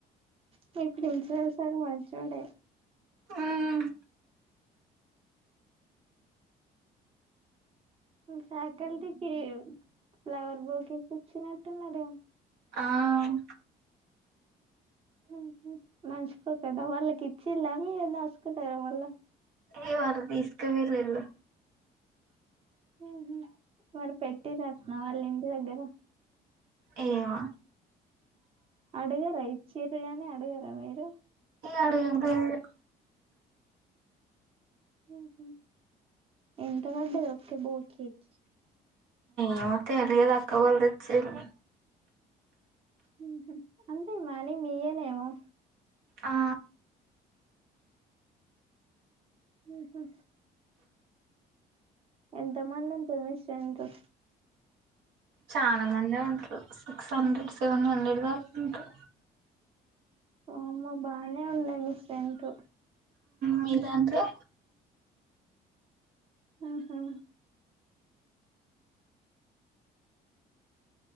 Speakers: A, on the right; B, on the right.
A: మీ ప్రిన్పల్సారు మంచోడే
B: మ్మ్
A: ఫ్యాకల్టీకి ఫ్లవర్ బోకేసిచ్చినట్టున్నారు.
B: ఆహ్
A: ఉహు మంచ్చికో కదా వాళ్ళకిచ్చిలా మీ దాస్కుంటారా మళ్ళ
B: ఏ వాళ్ళు తీస్కవేలిలు
A: ఉహ్ మరి పెట్టిరాట్న వాళ్ళ ఇంటి దగ్గర
B: ఏమో
A: అడ్గారా ఇచ్చేరే అనే అడ్గారా మీరు?
B: ఇగ అడగలేదు
A: ఉహు ఎంత వడ్డది ఒక్క బోకేకి?
B: మాకు తేలిదులాక్క వాళ్ళు తేచ్చేలు
A: ఉహ్ అంతే మనీ మీయేనేమ ఉ
B: ఆ
A: ఉహు ఎంత మనందుంటరు మీ శ్రేంతు?
B: చాలా మందే ఉంటారు సిక్స్ హండ్రెడ్, సెవెన్ హండ్రెడ్గా ఉంట్రు
A: వామ్మో బానే ఉన్నాయ్ మీ శ్రేంట్
B: మీదాంట్లే?
A: ఉహు